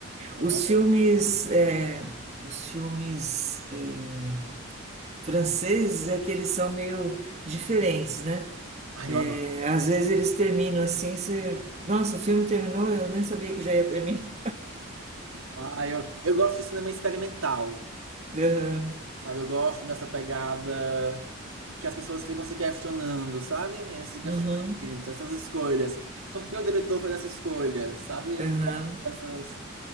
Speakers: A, on the right; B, on the right.
A: Eu
B: Os
A: adoro.
B: filmes, eh, os filmes eh, franceses é que eles são meio diferentes, né?
A: Ah,
B: Eh,
A: eu adoro.
B: às vezes eles terminam assim, você... Nossa, o filme terminou, eu nem sabia que já ia terminar.
A: Ah, eu, eu gosto de cinema experimental,
B: <laughs>
A: sabe? Eu gosto dessa pegada que as pessoas ficam se questionando, sabe? Esse questionamento,
B: Uhum.
A: essas escolhas. Por que o diretor fez essa escolha, sabe?
B: Aham.
A: Eu gosto dessas.